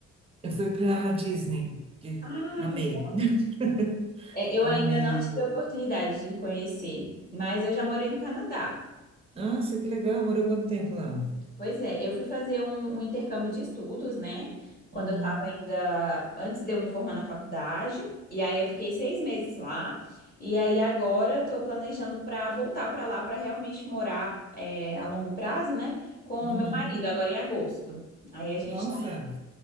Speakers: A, on the right (about 20°); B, on the left (about 30°).
A: Eu fui para Disney, que
B: Ah,
A: amei.
B: que legal.
A: <laughs>
B: É, eu
A: Amei.
B: ainda não tive a oportunidade de conhecer, mas eu já morei no Canadá.
A: Nossa, que legal. Morou quanto tempo lá?
B: Pois é, eu fui fazer um, um intercâmbio de estudos, né? Quando
A: Uhum.
B: eu estava ainda, antes de eu me formar na faculdade, e aí eu fiquei seis meses lá, e aí agora estou planejando para voltar para lá para realmente morar é, a longo prazo, né? Com
A: Uhum.
B: o meu marido, agora em agosto. Aí a gente
A: Nossa.
B: tá.